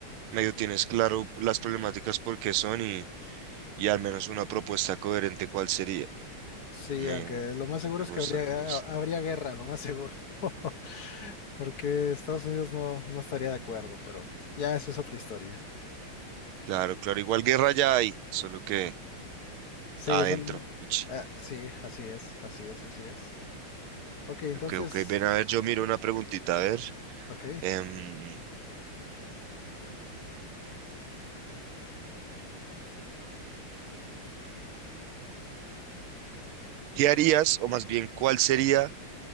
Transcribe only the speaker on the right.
medio tienes claro las problemáticas por qué son y, y al menos una propuesta coherente cuál sería.
Me,
me
gusta,
me gusta.
Claro, claro, igual guerra ya hay, solo que
adentro.
Uch,
Ok, ok, ven a ver, yo miro una preguntita, a ver.
em, ¿qué harías, o más bien, cuál sería